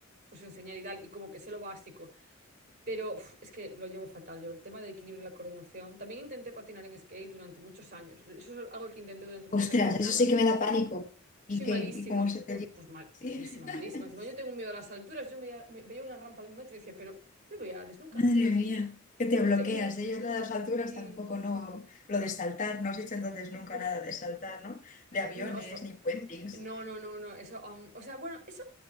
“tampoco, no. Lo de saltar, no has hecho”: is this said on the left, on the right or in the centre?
Left